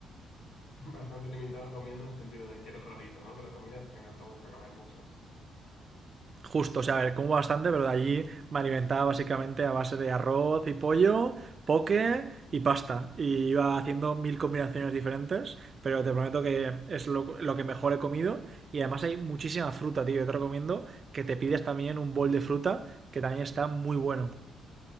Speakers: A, on the left; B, on the right.
A: <laughs> Bastante limitado comiendo en el sentido de que eres rarito, ¿no? Con la comida, que no te gusta comer mucho.
B: Justo, o sea, a ver, como bastante, pero de allí me alimentaba básicamente a base de arroz y pollo, poke y pasta. Y iba haciendo mil combinaciones diferentes, pero te prometo que es lo, lo que mejor he comido. Y además hay muchísima fruta, tío. Yo te recomiendo que te pides también un bol de fruta, que también está muy bueno.